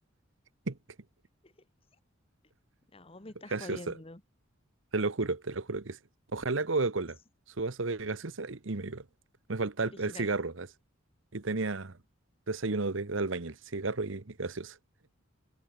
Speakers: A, on the right; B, on the left.
A: <laughs>
B: <laughs> No, vos me estás
A: Gaseosa.
B: jodiendo.
A: Te lo juro, te lo juro que sí. Ojalá Coca-Cola,
B: Es
A: su vaso de gaseosa y, y me iba. Me faltaba
B: original.
A: el, el cigarro, así. Y tenía desayuno de, de albañil, cigarro y, y gaseosa.